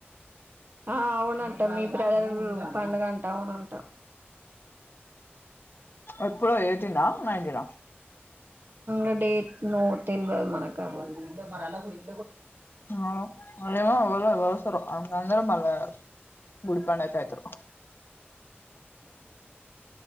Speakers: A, on the right (about 55°); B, on the left (about 60°).
A: ఆ అవునంటా మీ బ్రదర్లు పండుగ అంట అవునంటా
B: ఎప్పుడో ఎయిటీనా నైన్టీనా
A: అ డేట్ నో తెలువదు మనక అవన్నీ
B: అమ వళ వసరు అ అంద్ర మళ్ళ గుడి పండకయతురు